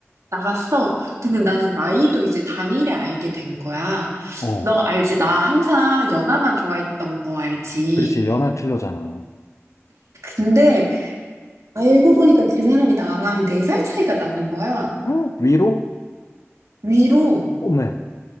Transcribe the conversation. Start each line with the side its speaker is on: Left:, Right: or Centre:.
Right: 나갔어. 근데 나는 나이도 이제 당일에 알게 된 거야.
Left: 어,
Right: 너 알지? 나 항상 연하만 좋아했던 거 알지?
Left: 그렇지. 연하 틀려잖아.
Right: 근데 알고 보니까 그 사람이 나랑 네 살 차이가 나는 거야.
Left: 음. 위로?
Right: 위로.
Left: 오메.